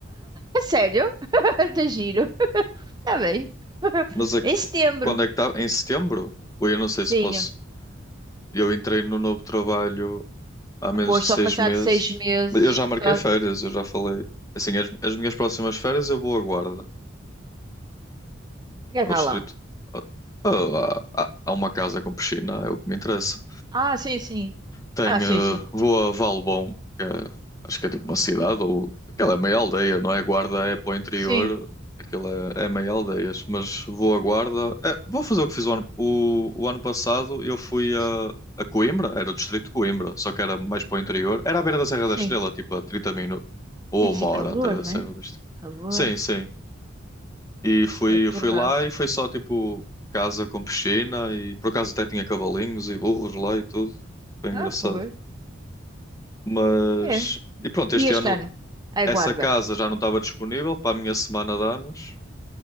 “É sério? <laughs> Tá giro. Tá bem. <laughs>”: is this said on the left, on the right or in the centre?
Right